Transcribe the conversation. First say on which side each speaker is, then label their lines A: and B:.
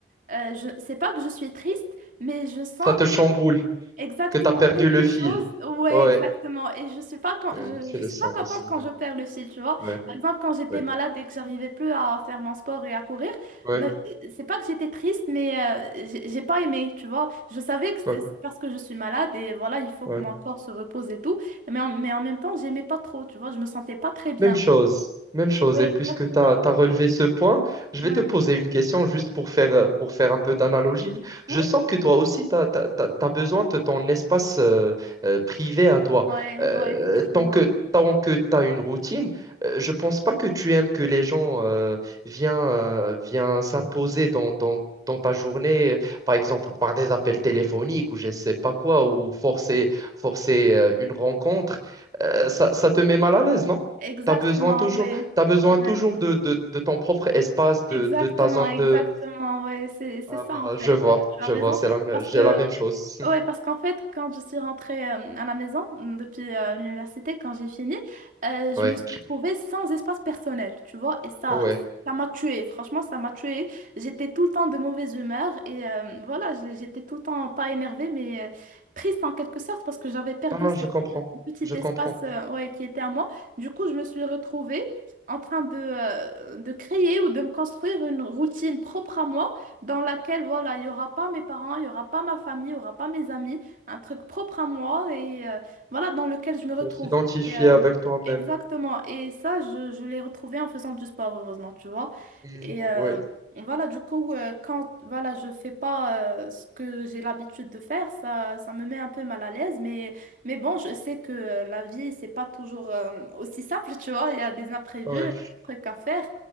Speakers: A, on the right; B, on the right.
A: euh, je sais pas que je suis triste, mais je sens.
B: Ça te chamboule,
A: Exactement,
B: que t'as perdu
A: quelque
B: le fil.
A: chose, ouais,
B: Ouais,
A: exactement. Et je suis pas, quand
B: ouais,
A: je,
B: je
A: je
B: le
A: suis
B: sens
A: pas contente
B: aussi.
A: quand
B: Ouais,
A: je perds le fil, tu vois.
B: ouais,
A: Par exemple, quand j'étais
B: ouais,
A: malade et que j'arrivais plus à faire mon sport et à courir,
B: ouais,
A: bah, c'est pas que j'étais triste, mais euh, j'ai j'ai pas aimé, tu vois. Je savais que
B: ouais,
A: c'est c'est parce que je suis malade et voilà, il faut
B: ouais.
A: que mon corps se repose et tout. Mais en, mais en même temps, j'aimais pas trop, tu vois. Je me sentais pas très bien.
B: Même chose, même chose.
A: Oui,
B: Et
A: exactement.
B: puisque tu as, relevé ce point, je
A: Ouais,
B: vais te poser une question juste pour faire, euh, pour faire un peu d'analogie.
A: ouais,
B: Je sens que toi aussi, tu as, besoin de ton espace euh, euh, privé à toi.
A: ouais,
B: Euh,
A: ouais, effectivement.
B: tant que, tant que tu as une routine, euh, je pense pas que tu aimes que les gens euh, viennent, euh, viennent s'imposer dans, dans, dans ta journée, euh, par exemple par des appels téléphoniques ou je sais pas quoi, ou forcer, forcer euh, une rencontre. Euh, ça, ça te met mal à l'aise, non?
A: Exactement,
B: tu as besoin toujours,
A: oui.
B: t'as besoin
A: Ouais.
B: toujours de, de, de ton propre espace, de,
A: Exactement,
B: de ta zone
A: exactement,
B: de...
A: ouais, c'est c'est
B: Ah
A: ça
B: bah,
A: en fait,
B: je vois,
A: euh, tu
B: je
A: as raison,
B: vois, c'est la, mê-
A: parce
B: j'ai
A: que
B: la même chose. <laughs>
A: Ouais, parce qu'en fait, quand je suis rentrée euh, à la maison euh, depuis euh, l'université, quand j'ai fini, euh, je
B: Ouais,
A: me suis trouvée sans espace personnel, tu vois, et ça,
B: ouais.
A: ça m'a tuée. Franchement, ça m'a tuée. J'étais tout le temps de mauvaise humeur et euh, voilà, j'ai- j'étais tout le temps pas énervée, mais euh, triste en quelque sorte parce que j'avais perdu
B: Non, non,
A: ce
B: je comprends,
A: petit
B: je
A: espace
B: comprends.
A: euh, ouais, qui était à moi. Du coup, je me suis retrouvée en train de, euh, de créer ou de me construire une routine propre à moi dans laquelle, voilà, il n'y aura pas mes parents, il n'y aura pas ma famille, il n'y aura pas mes amis, un truc propre à moi et euh, voilà, dans lequel je me retrouve.
B: On s'identifie
A: Et, euh,
B: avec toi-même.
A: exactement. Et ça, je, je l'ai retrouvé en faisant du sport, heureusement, tu vois.
B: Mm,
A: Et euh,
B: ouais,
A: voilà, du coup, euh, quand voilà, je fais pas euh, ce que j'ai l'habitude de faire, ça, ça me met un peu mal à l'aise, mais. Mais bon, je sais que euh, la vie, c'est pas toujours euh, aussi simple, <laughs> tu vois. Il y a des imprévus,
B: ouais,
A: des trucs à faire.